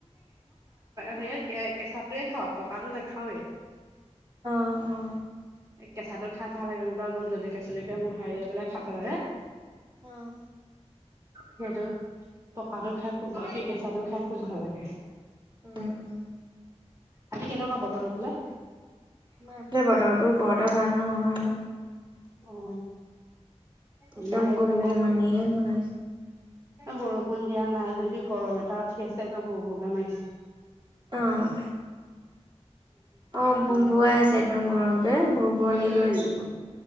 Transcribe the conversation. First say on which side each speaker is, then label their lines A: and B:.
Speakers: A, on the right; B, on the right.
A: সেয়েহে কেঁচা তোয়ে খাওঁ পকাটো নাখাওৱেই।
B: অঁ, অঁ।
A: এ, কেঁচাতো খাই ভাল লাগে। একম জলকীয়া চলকীয়া মোহাৰি লৈ পেলাই খাব লাগে।
B: অ'
A: সেইটো পকাটো খাই খুব কি কেঁচাটো খাই খুব ভাল লাগে।
B: উম, উম।
A: আজি কেনেকুৱা বতৰ সেইফালে?
B: এইফালে বতৰটো বৰ এটা ভাল নহয়।
A: অ।
B: একদম
A: আমাৰ এইফালে
B: গুম গুম আনি হয়।
A: বৰষুণ দিয়া নাই যদিও গৰম এটা উঠি আছে একে বৰ বৰকে মাৰিছে।
B: আহ। অ, ভুৱাই আছে একদম গৰমটোৱে ভ।
A: উম,
B: লৈ আছে।